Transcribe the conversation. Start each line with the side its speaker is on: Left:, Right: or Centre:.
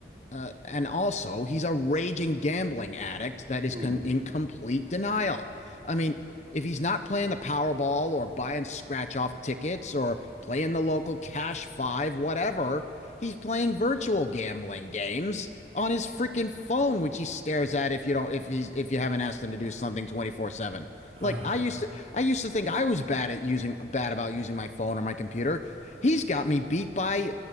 Left: uh, and also, he's a raging gambling addict that is
Right: Ooh.
Left: con in complete denial. I mean, if he's not playing the Powerball or buying scratch off tickets or playing the local Cash Five, whatever, he's playing virtual gambling games on his freaking phone, which he stares at if you don't if he's if you haven't asked him to do something 24/7.
Right: <sighs>
Left: Like
Right: Ah.
Left: I used to I used to think I was bad at using bad about using my phone or my computer. He's got me beat by